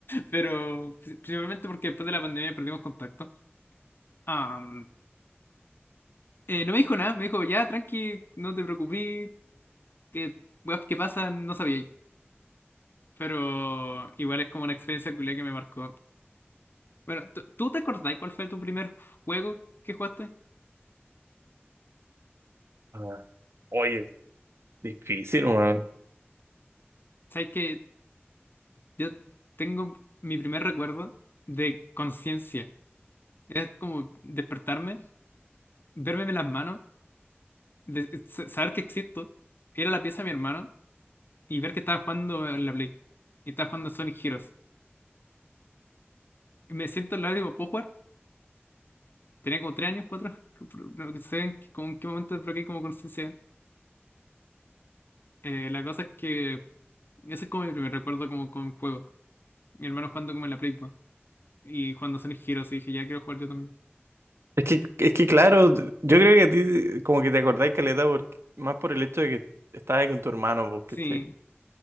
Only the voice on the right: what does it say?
Ah, oye, difícil, man.
Es que, es que claro, yo creo que a ti como que te acordáis caleta porque, más por el hecho de que estabas con tu hermano, porque